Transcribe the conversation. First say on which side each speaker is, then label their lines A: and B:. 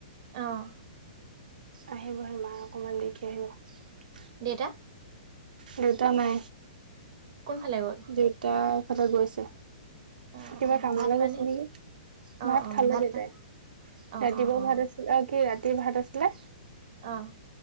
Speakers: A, on the right (about 35°); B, on the right (about 85°).
A: অহ
B: আহিব আহিব মা অকমান দেৰিকে আহিব।
A: দেতা
B: দেউতা নাই।
A: কোনফালে গ'ল
B: দেউতা এফালে গৈছে।
A: অ
B: কিবা
A: অ
B: কামলৈ
A: ভাত পানী
B: গৈছে নেকি,
A: অ
B: ভাত
A: অ
B: খালে দেতাই
A: পানী অ
B: ৰাতিপুৱা
A: অ অ
B: ভাত আছিল অ কি ৰাতি ৰাতি ভাত আছিলে
A: অহ